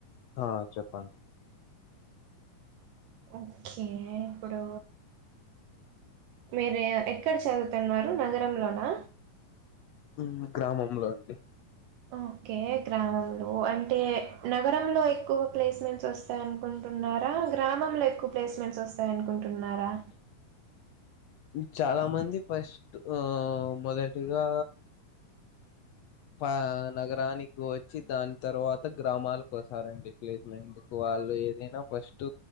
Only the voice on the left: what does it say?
ఆ చెప్పండి
మ్ గ్రామంలో అండి
అ చాలా మంది ఫస్ట్ ఆ మొదటిగా పా-నగరానికి వచ్చి దాని తర్వాత గ్రామాలకు వస్తారండి ప్లేస్మెంట్ కు వాళ్ళు ఏదైనా ఫస్ట్